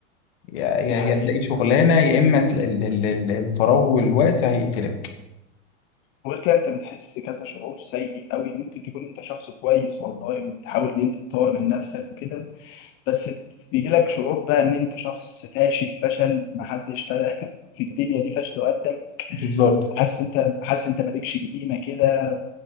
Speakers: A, on the left; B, on the left.
A: يا يا
B: دي حقيقة
A: يا تلاقي شغلانه يا اما تل- ال- ال- ال- الفراغ والوقت هيقتلك
B: وغير كده انت بتحس كذا شعور سيء قوي ممكن تكون انت شخص كويس والله وبتحاول ان انت تطور من نفسك وكده بس بيجي لك شعور بقى ان انت شخص فاشل فشل محدش فا- <laughs> في الدنيا دي فشل وقدك
A: بالظبط
B: حاسس انت حاسس انت مالكش قيمه كده